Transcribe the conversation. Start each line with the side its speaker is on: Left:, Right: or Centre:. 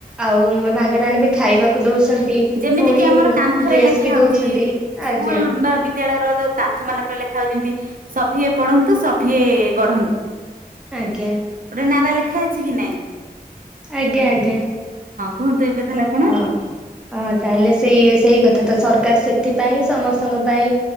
Centre: ଆଉ ମାଗଣାରେ ବି ଖାଇବାକୁ ଦଉଛନ୍ତି।
Right: ଯେମିତି
Centre: ପୁଣି
Right: କିି ଆମର କାନ୍ଥରେ
Centre: ଡ୍ରେସ
Right: ଲେଖା
Centre: ବି
Right: ହଉଛି
Centre: ଦଉଛନ୍ତି
Right: ସ୍କୁଲ
Centre: ଆଜ୍ଞା
Right: ବା ବିଦ୍ୟାଳୟର ଯୋଉ କାନ୍ଥ ମାନଙ୍କରେ ଲେଖା ହଉ ଯେମତି ସଭିଏ ପଢନ୍ତୁ ସଭିଏ ଗଢନ୍ତୁ।
Centre: ଆଜ୍ଞା
Right: ଗୋଟେ ନାରା ଲେଖା ଅଛି। ଛି କି ନାହିଁ।
Centre: ଆଜ୍ଞା ଆଜ୍ଞା।
Right: କୁହନ୍ତୁ ଏବେ। ତାହେଲେ ଆପଣ
Centre: ହଁ ହ। ତାହେଲେ ସେଇ ସେଇ କଥା ତ ସରକାର ସେଥିପାଇଁ ହିଁ ସମସ୍ତଙ୍କ ପାଇଁ